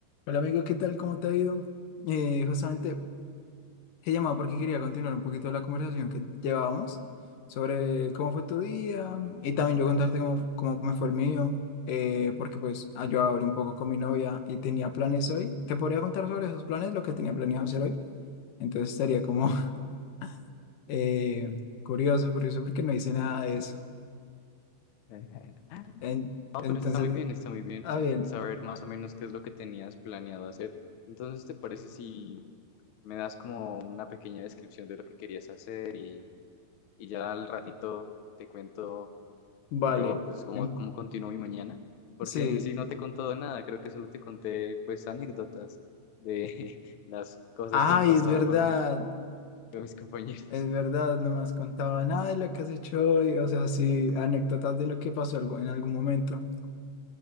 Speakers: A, on the left (about 65°); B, on the left (about 80°).
A: Hola amigo, ¿qué tal? ¿Cómo te ha ido? Eh, justamente he llamado porque quería continuar un poquito la conversación que llevábamos sobre cómo fue tu día y también yo contarte cómo, cómo me fue el mío, eh, porque pues ah, yo hablé un poco con mi novia y tenía planes hoy. Te podría contar sobre esos planes, lo que tenía planeado hacer hoy. Entonces estaría como <laughs> eh, curioso, curioso porque no hice nada de eso.
B: <laughs>
A: En-
B: No,
A: entonces,
B: pero está muy bien, está muy bien
A: ah bien,
B: saber más o menos qué es lo que tenías planeado hacer. Entonces, ¿te parece si me das como una pequeña descripción de lo que querías hacer y, y ya al ratito te cuento
A: vale.
B: yo pues cómo,
A: En-
B: cómo continúo mi mañana? Porque
A: sí.
B: en sí no te he contado nada, creo que solo te conté pues anécdotas de <laughs> las cosas
A: Ay,
B: que han pasado
A: es verdad.
B: con, con mis compañeros.
A: Es verdad, no me has contado nada de lo que has hecho hoy, o sea, sí, anécdotas de lo que pasó algo- en algún momento.